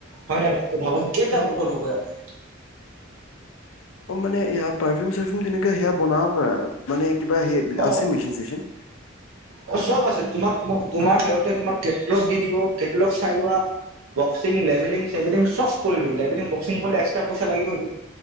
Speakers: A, on the right; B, on the left.
A: হয় নে নাই ভাবক, কেইটা
B: হা
A: বটল হ'ব ইয়াত?
B: অ' মানে এইয়া পাৰফিউম চাৰফিউম তেনেকে, সেয়া বনাব পাৰে? মানে কিবা, সেই
A: ইয়াত
B: আছে মেছিন চেচিন?
A: অ চব আছে। তোমাক তোমাৰ সিহঁতে তোমাক কেটলগ দি দিব, কেটলগ চাই লোৱা। বক্সিং, লেভেলিং চেভিলিং চব কৰি দিব। লেভেলিং, বক্সিং এক্সটা পইচা লাগিবইটো।